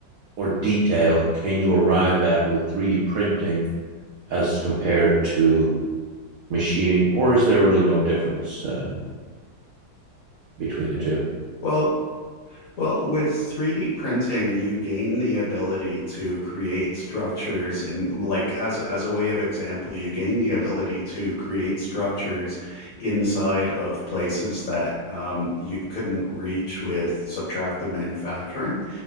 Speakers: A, on the right; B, on the left.
A: or detail can you arrive at with 3D printing as compared to machining, or is there really no difference uh, between the two?
B: Well, Well, with 3D printing, you gain the ability to create structures and like as as a way of example, you gain the ability to create structures inside of places that um, you couldn't reach with subtractive manufacturing.